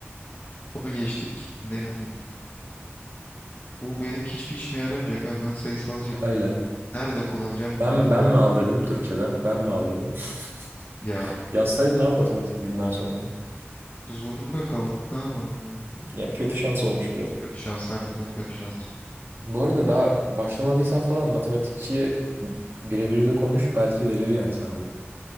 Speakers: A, on the left; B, on the right.
A: Onu geçtik. Ne bileyim. Bu benim hiçbir işime yaramayacak abi. Ben sayısalcıyım.
B: Öyle.
A: Nerede kullanacağım bu
B: Ben
A: bilgileri?
B: ben mi al dedim Türkçeden? Ben mi al dedim?
A: Ya
B: <laughs> Yazsaydın abi matematik dinden sonra.
A: zorunda kaldık. Ne yapalım ya?
B: Ya kötü şans olmuş biraz.
A: Kötü şans harbiden kötü şans.
B: Bu arada daha başlamadıysan falan matematikçiye birebir de konuş belki verir yani sana da.